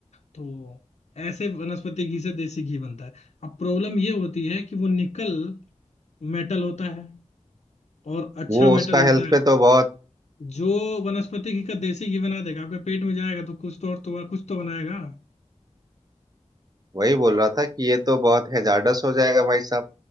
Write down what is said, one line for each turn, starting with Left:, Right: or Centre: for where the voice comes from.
Left: तो ऐसे वनस्पति घी से देसी घी बनता है अब प्रॉब्लम ये होती है कि वो निकल मेटल होता है और अच्छा
Right: वो
Left: मेटल
Right: उसका
Left: होता
Right: हेल्थ
Left: है
Right: पे तो बहुत
Left: जो वनस्पति घी का देसी घी बना देगा आपके पेट में जाएगा तो कुछ तो और तो कुछ तो बनाएगा
Right: वही बोल रहा था कि ये तो बहुत हैजार्डस हो जाएगा भाई साहब